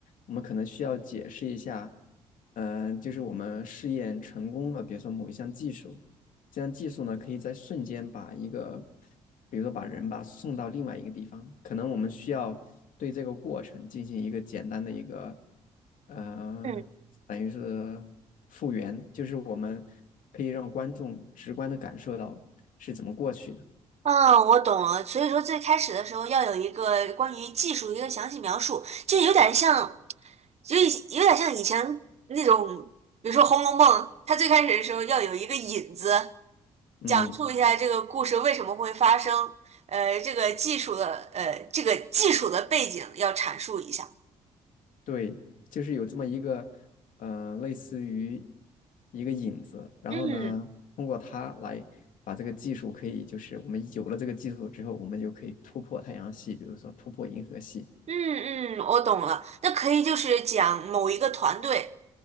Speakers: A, on the left; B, on the right.
A: 我们可能需要解释一下，嗯，就是我们试验成功了，比如说某一项技术，这样技术呢，可以在瞬间把一个，比如说把人吧送到另外一个地方，可能我们需要对这个过程进行一个简单的一个，呃，
B: 嗯。
A: 等于是复原，就是我们可以让观众直观的感受到是怎么过去的。
B: 嗯，我懂了。所以说，最开始的时候要有一个关于技术的一个详细描述，就有点像，就有点像以前那种，比如说《红楼梦》，它最开始的时候要有一个引子，
A: 嗯，
B: 讲述一下这个故事为什么会发生，呃，这个技术的，呃，这个技术的背景要阐述一下。
A: 对，就是有这么一个，呃，类似于一个引子，然后呢，
B: 嗯
A: 通过它来把这个技术可以，就是我们有了这个技术之后，我们就可以突破太阳系，比如说突破银河系。
B: 嗯嗯，我懂了。那可以就是讲某一个团队。